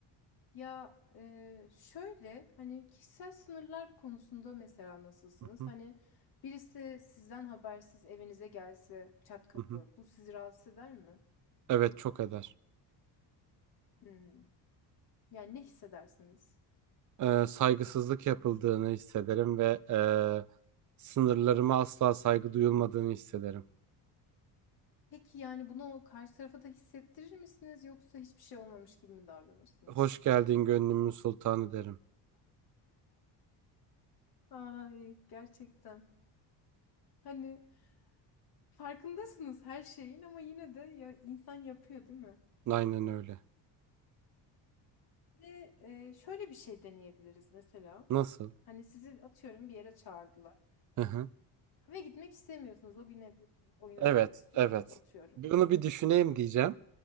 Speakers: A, on the left; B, on the right.
A: Ya e, şöyle hani kişisel sınırlar konusunda mesela nasılsınız?
B: Hı hı,
A: Hani birisi sizden habersiz evinize gelse çat kapı,
B: hı hı.
A: bu sizi rahatsız eder mi?
B: Evet, çok eder.
A: Hmm. Yani ne hissedersiniz?
B: E, saygısızlık yapıldığını hissederim ve e, sınırlarıma asla saygı duyulmadığını hissederim.
A: Peki yani bunu o karşı tarafa da hissettirir misiniz yoksa hiçbir şey olmamış gibi mi davranırsınız?
B: Hoş geldin gönlümün sultanı derim.
A: Ay gerçekten. Hani farkındasınız her şeyin ama yine de ya insan yapıyor değil mi?
B: Aynen öyle.
A: Ve e, şöyle bir şey deneyebiliriz mesela.
B: Nasıl?
A: Hani sizi atıyorum bir yere çağırdılar.
B: Hı hı.
A: Ve gitmek istemiyorsunuz. O gün evde oturup oyun
B: Evet,
A: oynamak istiyorsunuz
B: evet.
A: atıyorum.
B: Bu- Bunu bir düşüneyim diyeceğim.